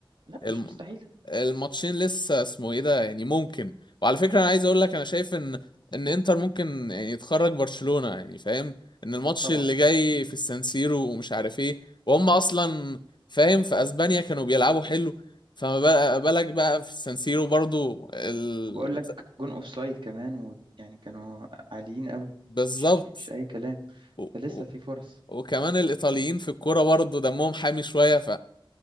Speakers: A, on the right; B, on the left.
A: لا
B: الم...
A: مش مستحيل
B: الماتشين لسه اسمه ايه ده يعني ممكن وعلى فكرة انا عايز اقول لك انا شايف ان ان انتر ممكن يعني يتخرج برشلونة يعني فاهم ان الماتش
A: طبعا
B: اللي جاي في السانسيرو ومش عارف ايه وهم اصلا فاهم في اسبانيا كانوا بيلعبوا حلو فما بال- بالك بقى في السانسيرو برضو ال...
A: وبقول لك جون اوف سايد كمان ويعني كانوا عاليين قوي
B: بالظبط
A: مش مش اي كلام
B: و...
A: فلسه
B: و...
A: في فرص
B: وكمان الايطاليين في الكوره برضو دمهم حامي شوية ف...